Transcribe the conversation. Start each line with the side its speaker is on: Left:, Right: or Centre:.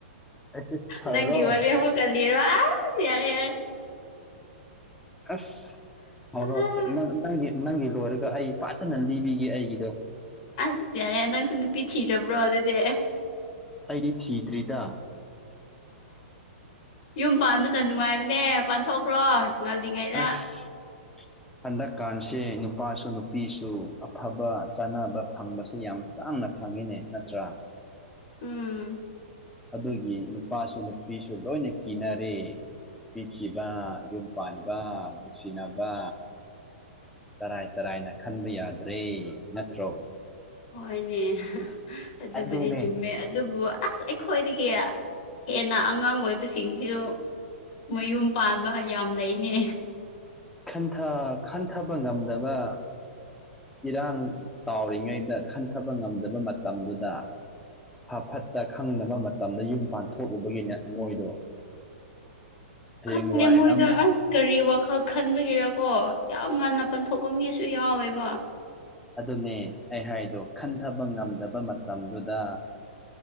Centre: ꯑꯩꯁꯨ ꯍꯧꯔꯣ
Left: ꯅꯪꯒꯤ ꯋꯥꯔꯤ ꯑꯃꯒ ꯂꯤꯔꯣ ꯑꯁ ꯌꯥꯔꯦ ꯌꯥꯔꯦ
Centre: ꯑꯁ ꯍꯧꯔꯛꯑꯣꯁꯦ
Left: ꯑꯥ
Centre: ꯅꯪ ꯅꯪꯒꯤ ꯂꯣꯔ ꯑꯩ ꯐꯖꯅ ꯂꯤꯕꯤꯒꯦ ꯑꯩꯒꯤꯗꯣ
Left: ꯑꯁ ꯌꯥꯔꯦ ꯅꯪꯁꯨ ꯅꯨꯄꯤ ꯊꯤꯔꯕ꯭ꯔꯣ ꯑꯗꯨꯗꯤ
Centre: ꯑꯩꯗꯤ ꯊꯤꯗ꯭ꯔꯤꯗ
Left: ꯌꯨꯝ ꯄꯥꯟꯕꯅ ꯅꯨꯡꯉꯥꯏꯕꯅꯦ ꯄꯥꯟꯊꯣꯛꯈ꯭ꯔꯣ ꯉꯜꯂꯤꯉꯩꯗ
Centre: ꯑꯁ ꯍꯟꯗꯛꯀꯥꯟꯁꯦ ꯅꯨꯄꯥꯁꯨ ꯅꯨꯄꯤꯁꯨ ꯑꯐꯕ ꯆꯥꯟꯅꯕ ꯐꯪꯕꯁꯦ ꯌꯥꯝ ꯇꯥꯡꯅ ꯐꯪꯉꯦꯅꯦ ꯅꯠꯇ꯭ꯔꯥ
Left: ꯎꯝ
Centre: ꯑꯗꯨꯒꯤ ꯅꯨꯄꯥꯁꯨ ꯅꯨꯄꯤꯁꯨ ꯂꯣꯏꯅ ꯀꯤꯅꯔꯦ ꯅꯨꯄꯤꯊꯤꯕ ꯌꯨꯝ ꯄꯥꯟꯕ ꯅꯨꯡꯁꯤꯅꯕ ꯇꯔꯥꯏ ꯇꯔꯥꯏꯅ ꯈꯟꯕ ꯌꯥꯗ꯭ꯔꯦ ꯅꯠꯇ꯭ꯔꯣ
Left: ꯍꯣꯏꯅꯦ ꯑꯗꯨꯕꯨꯗꯤ
Centre: ꯑꯗꯨꯅꯦ
Left: ꯆꯨꯝꯃꯦ ꯑꯗꯨꯕꯨ ꯑꯁ ꯑꯩꯈꯣꯏꯗꯒꯤ ꯍꯦꯟꯅ ꯑꯉꯥꯡ ꯑꯣꯏꯕꯁꯤꯡꯁꯤꯁꯨ ꯃꯌꯨꯝ ꯄꯥꯟꯕ ꯌꯥꯝ ꯂꯩꯅꯦ
Centre: ꯈꯟꯊ ꯈꯟꯊꯕ ꯉꯝꯗꯕ ꯏꯔꯥꯡ ꯇꯥꯎꯔꯤꯉꯩꯗ ꯈꯟꯊꯕ ꯉꯝꯗꯕ ꯃꯇꯝꯗꯨꯗ ꯐ ꯐꯠꯇ ꯈꯪꯗꯕ ꯃꯇꯝꯗ ꯌꯨꯝ ꯄꯥꯟꯊꯣꯛꯎꯕꯒꯤꯅꯦ ꯃꯣꯏꯗꯣ ꯍꯌꯦꯡ
Left: ꯈꯪꯗꯦ
Centre: ꯋꯥꯏ
Left: ꯃꯣꯏꯗꯣ
Centre: ꯑꯃꯨꯛ
Left: ꯑꯁ ꯀꯔꯤ ꯋꯥꯈꯜ ꯈꯟꯕꯒꯤꯔꯀꯣ ꯌꯥꯝ ꯉꯟꯅ ꯄꯥꯟ ꯊꯣꯛꯄ ꯃꯤꯁꯨ ꯌꯥꯎꯋꯦꯕ
Centre: ꯑꯗꯨꯅꯦ ꯑꯩ ꯍꯥꯏꯗꯣ ꯈꯟꯊꯕ ꯉꯝꯗꯕ ꯃꯇꯝꯗꯨꯗ